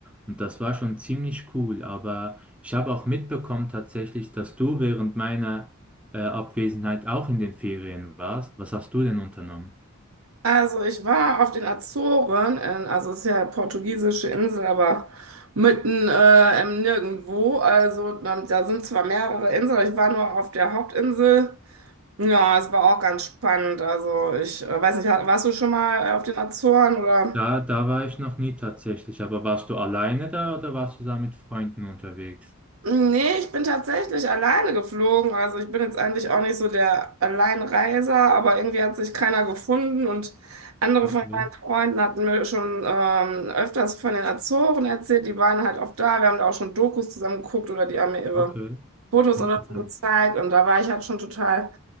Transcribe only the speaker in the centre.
Und das war schon ziemlich cool. Aber ich habe auch mitbekommen tatsächlich, dass du während meiner äh, Abwesenheit auch in den Ferien warst. Was hast du denn unternommen?
Da, da war ich noch nie tatsächlich, aber warst du alleine da oder warst du da mit Freunden unterwegs?
Okay,
okay,
interessant.